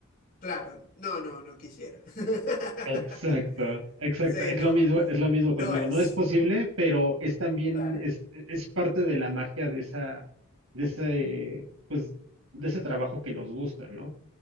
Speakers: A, on the left (about 40°); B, on the right (about 80°).
A: Claro, no, no, no quisiera. <laughs>
B: Exacto, exacto.
A: Sí,
B: Es
A: no.
B: lo mismo, es lo mismo
A: No
B: conmigo.
A: es
B: No es posible, pero es también,
A: clara,
B: es, es parte de la magia de esa, de ese, pues, de ese trabajo que nos gusta, ¿no?